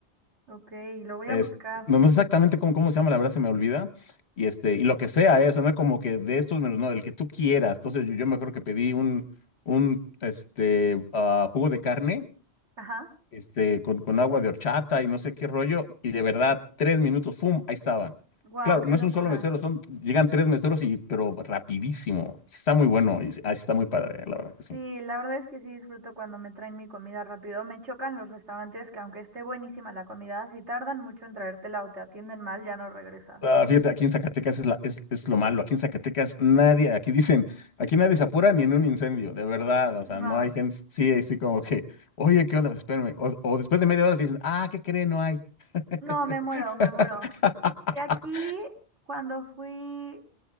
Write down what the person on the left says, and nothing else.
Es-
no, no sé exactamente cómo, cómo se llama, la verdad se me olvida. Y, este, y lo que sea, ¿eh? O sea, no es como que de estos menús, no, del que tú quieras. Entonces yo, yo me acuerdo que pedí un, un este, ah, jugo de carne
este, con, con agua de horchata y no sé qué rollo. Y de verdad, tres minutos, ¡fum! Ahí estaban.
Claro,
no
es un solo mesero, son, llegan tres meseros, y, pero rapidísimo. Sí está muy bueno, y, sí- ah, sí está muy padre, ¿eh? la verdad que sí.
Ah, fíjate, aquí en Zacatecas es, la- es, es lo malo. Aquí en Zacatecas nadie, aquí dicen, aquí nadie se apura ni en un incendio, de verdad. O
sea, no hay gente, sí, así como que, oye, ¿qué onda? Espérame. O, o después de media hora te dicen, ah, ¿qué cree? No hay. <laughs>